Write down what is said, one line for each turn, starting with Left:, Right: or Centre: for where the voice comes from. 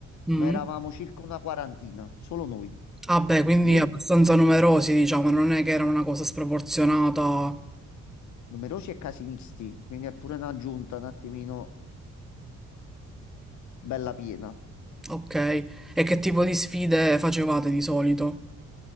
Centre: Mh.
Left: ma eravamo circa una quarantina, solo noi.
Centre: Ah beh, quindi
Left: Lì
Centre: abbastanza numerosi diciamo, non è che era una cosa sproporzionata.
Left: numerosi e casinisti, quindi è pure una giunta un attimino bella piena.
Centre: Okay. E che tipo di sfide facevate di solito?